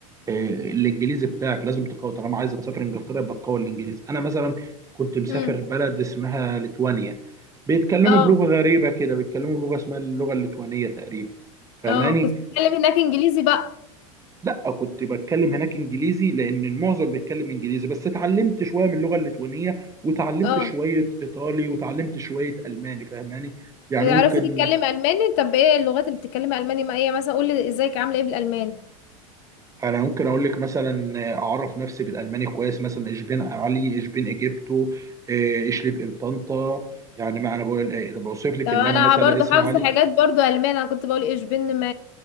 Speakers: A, on the right; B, on the left.
A: آه، الانجليزي بتاعك لازم تقوي طالما عايزه تسافر انجلترا يبقى تقوي الانجليزي انا مثلا كنت مسافر
B: امم
A: بلد اسمها ليتوانيا بيتكلموا
B: اه
A: بلغة غريبة كده بيتكلموا بلغة اسمها اللغة الليتوانية تقريبا فاهماني
B: اه كنت بتكلم هناك انجليزي بقى
A: لا كنت بتكلم هناك انجليزي لان المعظم بيتكلم انجليزي بس اتعلمت شويه من اللغه الليتوانيه وتعلمت
B: اه
A: شويه ايطالي وتعلمت شويه الماني فاهماني يعني
B: عرفت
A: ممكن
B: تتكلم الماني طب ايه اللغات اللي بتتكلمها الماني ما هي مثلا قول لي ازيك عامله ايه بالالماني
A: انا ممكن اقول لك مثلا اعرف نفسي بالالماني كويس مثلا ايش بين علي ايش بين اجيبتو ايش ليب ان طنطا يعني ما انا بقول ايه ده بوصف لك
B: طب انا
A: اللي انا مثلا
B: برضو
A: اسم
B: حافظه
A: علي
B: حاجات برضو الماني انا كنت بقول ايش بن ما